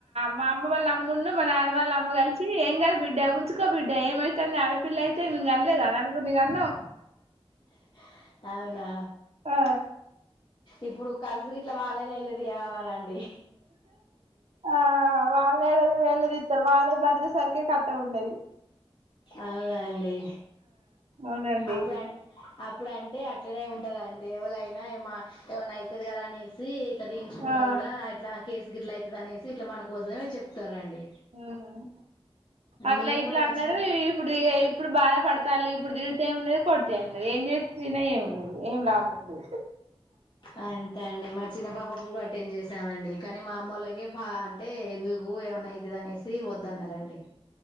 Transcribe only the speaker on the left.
స్ అవునా
ఇప్పుడు ఖర్చు గిట్ల వాళ్ళనే వేలాదియామానండి
అవునండి
అప్పుడు అ అప్పుడు అంటే అట్లనే ఉంటదండి ఎవరైనా ఏమ ఎవన్నా అవుతది కదా అనేసి ఇట్లా దించుకున్న
కూడా ఇట్లా కేసు గిట్ల అవుతుది అనేసి ఇట్లా మన కోసమే చెప్తారండి
మేము
కూడా మా
చిన్న
ఆ అంతే అండి మా చిన్న పాపప్పుకు కూడా అటెంనే చేసామండి కానీ మా అమ్మళ్ళకి పా అంటే ఎందుకు ఏమన్నావుతుందినేసి వద్దన్నారండి